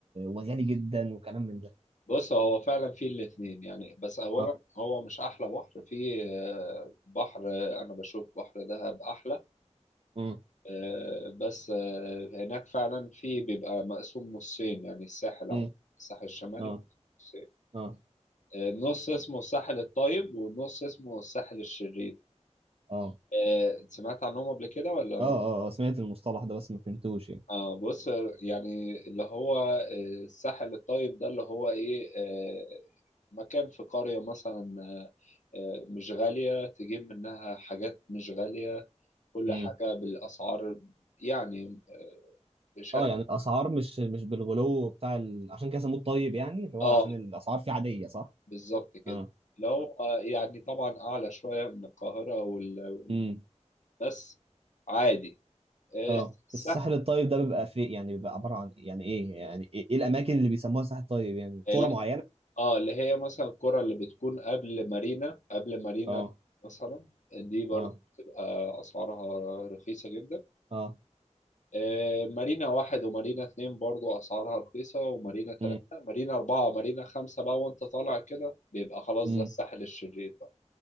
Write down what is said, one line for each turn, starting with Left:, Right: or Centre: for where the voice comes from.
Right: وغالي جدا وكلام من ده
Left: بص هو فعلا فيه الاتنين يعني بس اولا
Right: اه
Left: هو مش احلى بحر فيه آه، بحر آه، انا بشوف بحر دهب احلى
Right: امم
Left: آه، بس آه، هناك فعلا في بيبقى مقسوم نصين يعني الساحل
Right: امم
Left: عم الساحل الشمالي
Right: اه
Left: مقسوم نصين
Right: اه
Left: آه، نص اسمه الساحل الطيب ونص اسمه الساحل الشرير
Right: اه
Left: آه، سمعت عنهم قبل كده ولا
Right: اه اه آه، سمعت المصطلح ده بس ما فهمتوش يعني
Left: اه بص آه، يعني اللي هو آه، الساحل الطيب ده اللي هو ايه آه، مكان في قرية مثلا آه، آه، مش غالية تجيب منها حاجات مش غالية كل
Right: امم
Left: حاجة بالأسعار يعني آه، بشكل
Right: اه يعني الاسعار مش مش بالغلو بتاع ال... عشان كده سموه الطيب يعني اللي هو
Left: اه
Right: عشان الاسعار فيه عاديه صح
Left: بالظبط كده
Right: اه
Left: اللي هو يعني طبعا أعلى شوية من القاهرة وال... وال-
Right: اه
Left: بس عادي آه،
Right: اه
Left: الساحل
Right: الساحل الطيب ده بيبقى في يعني بيبقى عبارة عن يعني ايه يعني ايه, إيه الاماكن اللي بيسموها ساحل طيب يعني
Left: اللي-
Right: قرى معينة
Left: اه اللي هي مثلا القرى اللي بتكون قبل مارينا قبل مارينا
Right: اه
Left: مثلا دي برضه
Right: اه
Left: بتبقى أسعارها رخيصة جدا
Right: اه
Left: آه، مارينا واحد ومارينا اتنين برضه أسعارها رخيصة ومارينا تلاتة
Right: امم
Left: مارينا أربعة مارينا خمسة بقى وأنت طالع كده بيبقى خلاص
Right: امم
Left: ده الساحل الشرير بقى